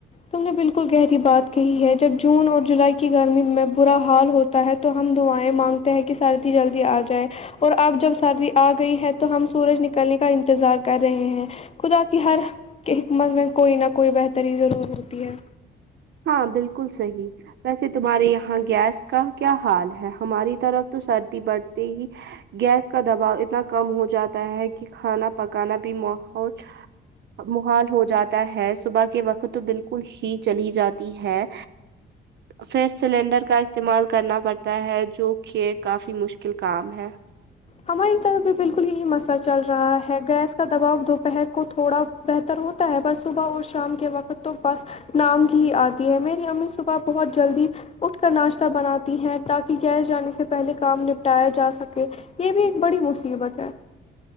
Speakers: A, on the left; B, on the right.
A: تم نے بالکل گہری بات کہی ہے جب جون اور جولائی کی گرمی میں برا حال ہو تا ہے تو ہم دعائیں مانگتے ہیں کہ سردی جلدی آ جائے اور اب جب سردی آ گئی ہے تو ہم سورج نکلنے کا انتظار کر رہے ہیں خدا کی ہر حکمت میں کوئی نہ کوئی بہتری ضرورت ہوتی ہے
B: ہاں بالکل صحی ویسے تمہارے یہاں گیس کا کیا حال ہے ہماری طرف تو سردی بڑھتی ہی گیس کا دباؤ اتنا کم ہو جاتا ہے کہ کھانا پکانا بھی ماحول محال ہو جاتا ہے صبح وقت تو بالکل ہی چلی جاتی ہے پھر سلینڈر کا استعمال کرنا پڑتا ہے جو کہ کافی مشکل کام ہے
A: ہماری طرف بھی بالکل یہی مسئلہ چل رہا ہے گیس کا دباؤ دوپہر کو تھوڑا بہتر ہوتا ہے پر صبح اور شام کے وقت تو بڈس نام کی آتی ہے میری امی صبح بہت جلدی اٹھ کر ناشتہ بناتی ہیں تاکہ گس جانے سے پہلے کام نپٹایا جا سکے یہ بھی ایک بڑی مصیبت ہے